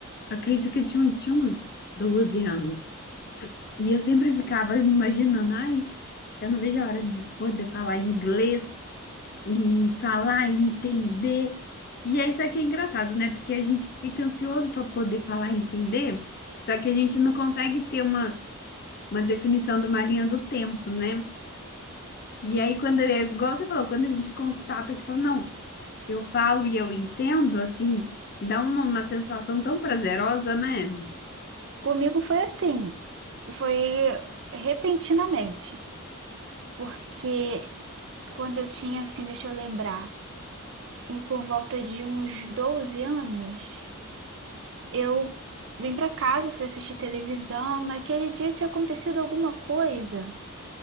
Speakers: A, on the left (about 45°); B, on the right (about 55°).
A: Acredito que eu tinha, tinha uns 12 anos. E eu sempre ficava imaginando, ai, eu não vejo a hora de poder falar inglês e falar e entender. E é isso aqui é engraçado, né? Porque a gente fica ansioso para poder falar e entender, só que a gente não consegue ter uma, uma definição de uma linha do tempo, né? E aí, quando é igual você falou, quando a gente constata que fala, não, eu falo e eu entendo, assim, dá uma, uma sensação tão prazerosa, né?
B: Comigo foi assim, foi repentinamente, porque quando eu tinha assim, deixa eu lembrar, em por volta de uns 12 anos, Eu vim para casa, fui assistir televisão. Naquele dia tinha acontecido alguma coisa